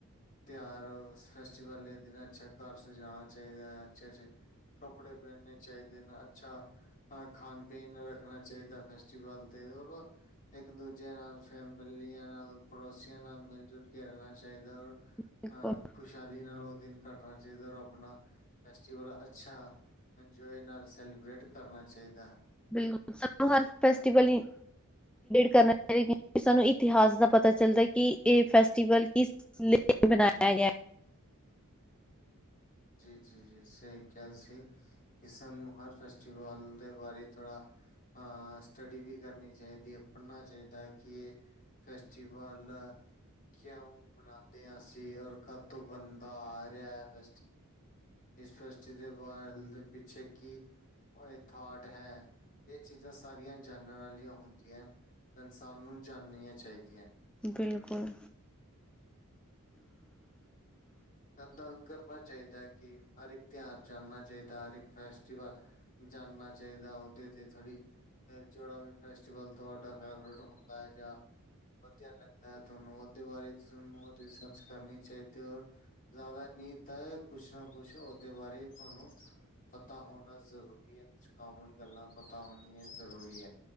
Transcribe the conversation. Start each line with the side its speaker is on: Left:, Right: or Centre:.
Left: ਤਿਉਹਾਰ ਹੋਵੇ ਫੈਸਟਟੀਵਲ ਏ <unintelligible> ਅੱਛਾ ਘਰ ਸਜਾਣਾ ਚਾਹੀਦਾ। ਛੇ-ਛੇ ਕੱਪੜੇ ਪੈਨਨੇ ਚਾਈ ਤੇ ਨਾ ਅੱਛਾ ਖਾਣ ਪੀਣ ਰੱਖਣਾ ਚਾਹੀਦਾ ਫੈਸਟੀਵਲ ਤੇ ਹੋਰ ਇੱਕ ਦੂਜੇ ਨਾਲ, ਫੈਮਿਲੀਆਂ ਨਾਲ, ਪੜੋਸੀਆਂ ਨਾਲ ਮਿਲ-ਜੁਲ ਕੇ ਰੈਨਾ ਚਾਈ
Centre: ਬਿਲਕੁਲ
Left: ਅ ਖੁਸ਼ਆਲੀ ਨਾਲ ਓ ਦਿਨ ਕਟਨਾ ਚਾਈਦਾ ਓਰ ਅਪਣਾ ਫੈਸਟੀਵਲ ਅੱਛਾ, ਇੰਜੋਏ ਨਾਲ ਸੈਲੀਬ੍ਰੇਟ ਕਰਨਾ ਚਾਹੀਦਾ
Centre: ਬਿਲਕੁਲ ਸਾਨ ਹਰ ਫੈਸਟੀਵਲ ਹੀ। ਕਰਨਾਕਿ ਸਾਨੂੰ ਇਤਿਹਾਸ ਦਾ ਪਤਾ ਚੱਲਦਾ ਕਿ ਇਹ ਫੈਸਟੀਵਲ ਲ ਬਣਾਇਆ ਗਿਆ।
Left: ਜੀ ਜੀ ਜੀ ਸਹੀ ਕ ਸੀ। ਕਿ ਸਾਨੂੰ ਹਰ ਫੈਸਟੀਵਲ ਦੇ ਬਾਰੇ ਥੋੜ੍ਹਾ ਹਾਂ ਸਟੱਡੀ ਵੀ ਕਰਨੀ ਚਾਹੀਦੀ ਹੈ ਪੜ੍ਹਨਾ ਚਾਹੀਦਾ ਕਿ ਇਹ ਫੈਸਟੀਵਲ। ਕਿਉਂ ਬਣਾਉਦੇ ਹ ਸੀ ਔਰ ਕਦ ਤੋਂ ਬੰਦਾ ਆ ਰਿਹਾ। ਇਸ ਫੈਸਟੀਿਵਾਲ ਦੇ ਪਿੱਛੇ ਕੀ ਇਹ ਥਾਟ ਹੈ ਇਹ ਚੀਜ਼ਾਂ ਸਾਰੀਆਂ ਜਾਨਾਂ ਵਾਲੀਆਂ ਹੁੰਦੀਆਂ ਹਨ। ਤਾਂ ਇਨਸਾਨ ਨੂੰ ਜਾਣਨੀਆਂ ਚਾਹੀਦੀਆਂ।
Centre: ਬਿਲਕੁਲ। <inaudible>
Left: ਦੰਗ ਕਰਨਾ ਚਾਹੀਦਾ ਹੈ ਕਿ ਹਰ ਇੱਕ ਤਿਉਹਾਰ ਜਾਣਨਾ ਚਾਹੀਦਾ ਹਰ ਇੱਕ ਫੈਸਟੀਵਲ ਜਾਣਨਾ ਚਾਹੀਦਾ ਉਹਦੇ ਤੇ ਥੋੜ੍ਹੀ ਫਿਰ ਜਿਹੜਾ ਵੀ ਫੈਸਟੀਵਲ ਤੁਹਾਡਾ ਫੇਵਰੇਟ ਹੁੰਦਾ ਹੈ ਜਾਂ ਵਧੀਆ ਲੱਗਦਾ ਹੈ ਤੁਹਾਨੂੰ ਉਹਦੇ ਬਾਰੇ ਤੁਾਨੂੰ ਰਿਸਰਚ ਕਰਨੀ ਚਾਹੀਦੀ ਰ। ਜ਼ਿਆਦਾ ਨੀਤ ਕੁਛ ਨਾ ਕੁਛ ਉਹਦੇ ਬਾਰੇ ਤੁਹਾਨੂੰ। ਪਤਾ ਹੋਣਾ ਜ਼ਰੂਰੀ ਹੈ ਕੁਛ ਕਾਮਨ ਗੱਲਾਂ ਪਤਾ ਹੋਣੀਆਂ ਜ਼ਰੂਰੀ ਹੈ।